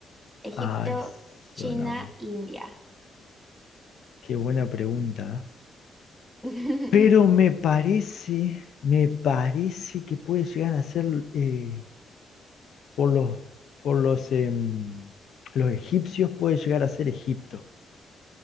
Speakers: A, in the centre; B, on the left (about 70°).
A: Egipto,
B: Ay, sonamos.
A: China, India.
B: Qué buena pregunta. ¿eh?
A: <laughs>
B: Pero me parece, me parece que puede llegar a ser eh, por los, por los, em, los egipcios, puede llegar a ser Egipto.